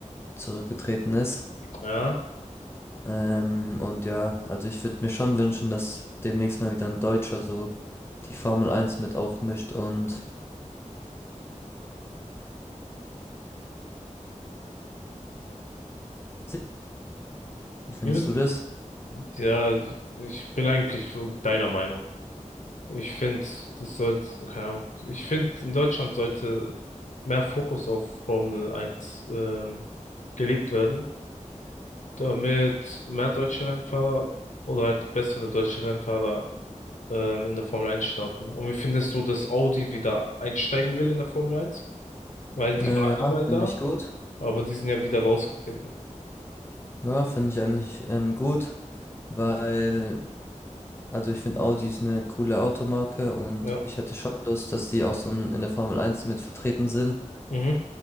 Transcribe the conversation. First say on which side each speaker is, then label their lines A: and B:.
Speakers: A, on the left; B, on the left.
A: zurückgetreten ist.
B: Ja.
A: Ähm, und ja, also ich würde mir schon wünschen, dass demnächst mal wieder ein Deutscher so die Formel Eins mit aufmischt und se- wie findest
B: Wie wird-
A: du das?
B: Ja, ich ich bin eigentlich so deiner Meinung. Ich finde, das sollte, keine Ahnung, ich finde, in Deutschland sollte mehr Fokus auf Formel 1 ähm, gelegt werden, damit mehr deutsche Rennfahrer oder halt bessere deutsche Rennfahrer ähm, in der Formel eins starten. Und wie findest du, dass Audi wieder einsteigen will in der Formel eins? Weil die
A: Äh,
B: waren
A: ja,
B: ja mal
A: finde
B: da,
A: ich gut.
B: aber die sind ja wieder rausgetreten.
A: Ja, finde ich eigentlich ähm, gut, weil Also ich finde Audi ist eine coole Automarke und
B: Ja.
A: ich hätte schon Lust, dass die auch so in in der Formel Eins mit vertreten sind.
B: Mhm.